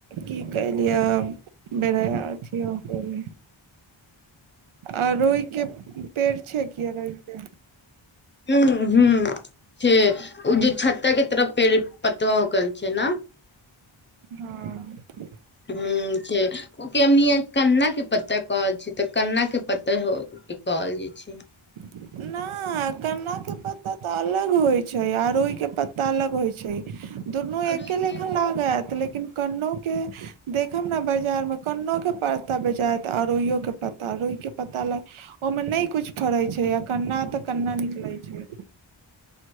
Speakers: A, on the right (about 80°); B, on the left (about 25°).
A: की कयलियै दोबारा फेर कहूँ अरोहिके पेड़ छै कि अरोहिके
B: ह ह छै ओ जे छत्ता के तरफ पेड़ पतवा हो गेल छै न
A: हँ
B: ह छै ओनी कन्ना के पत्ता कहै छै तऽ कन्ना के पते हो के कहल जे छै
A: नइ नइ कलााक के पत्ता त अलग होइ छै आरोहि के पत्ता अलग होइ छै दुनू
B: आओर
A: एके
B: ओहिके
A: लेखन लागत लेकिन लेकिन कन्नो के देखब ने बाजार मे कन्नो के पता बेचायत अरोयो के पता रोयके पता ल ओहिमे नहि कुछ फड़े छै कन्ना तऽ कन्ना निकलै छै